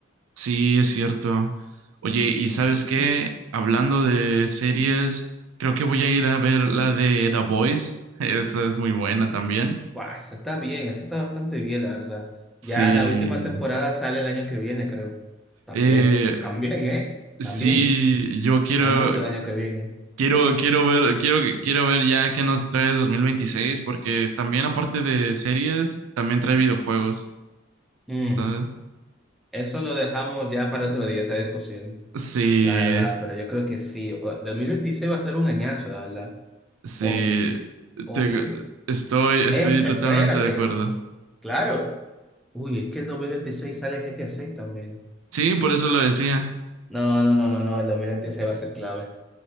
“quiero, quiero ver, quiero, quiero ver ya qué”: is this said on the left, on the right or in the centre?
Right